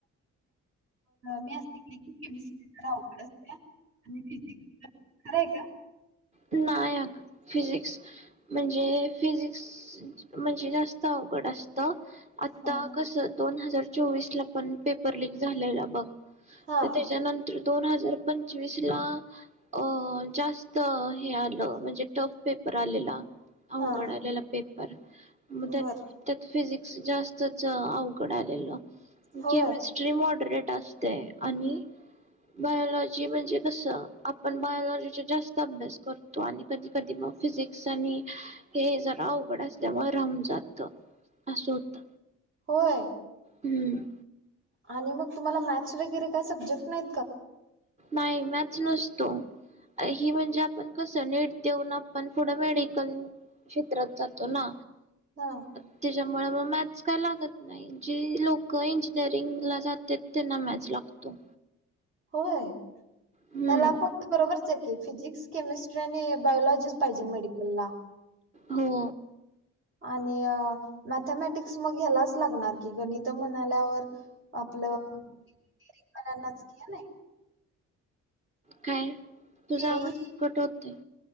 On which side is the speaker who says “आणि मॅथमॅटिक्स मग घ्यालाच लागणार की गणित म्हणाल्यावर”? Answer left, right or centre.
Right